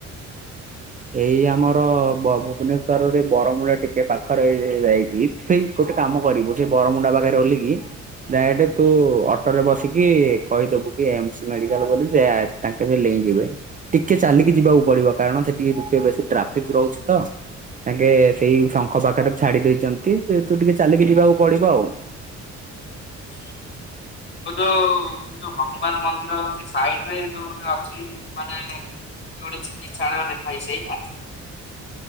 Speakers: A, on the right (about 25°); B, on the left (about 40°).
A: ଏଇ ଆମର ବ ଭୁବନେଶ୍ୱରରେ ବରମୁଣ୍ଡା ଟିକେ ପାଖରେ। ଯାଇକି ସେଇ ଗୋଟେ କାମ କରିବୁ ସେ ବରମୁଣ୍ଡା ପାଖରେ ଓହ୍ଲେଇକି ଡାଇରେକ୍ଟ ତୁ ଅଟୋ ରେ ବସିକି କହିଦବୁ କି ଏମସ ମେଡିକାଲ ବୋଲି ସେ ତାଙ୍କେ ଟିକେ ଚାଲିକି ଯିବାକୁ ପଡିବ କାରଣ ସେଠିକି ଟିକେ ବେଶୀ ଟ୍ରାଫିକ ରହୁଚି ତ। ତାଙ୍କେ ସେଇ ଶଙ୍ଖ ପାଖରେ ଛାଡି ଦେଇଚନ୍ତି ତୁ ଟିକେ ଚାଲିକି ଯିବାକୁ ପଡିବ ଆଉ।
B: <inaudible> ତୁ ଯୋଉ ସେ ଯୋଉ ହନୁମାନ ମନ୍ଦିର ସେ ସାଇଡ ରେ ଯୋଉ ଗୋଟେ ଅଛି ମାନେ ଏଇ ଗୋଟେ ଚିକିତ୍ସାଳୟ ଲେଖାଯାଇଚି ସେଇଟା।